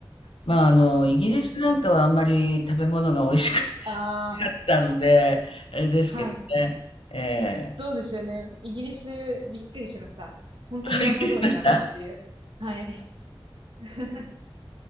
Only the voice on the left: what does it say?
まああの、イギリスなんかはあんまり食べ物が美味しく
なかったので、あれですけどね。
え
え
あ、びっくりしました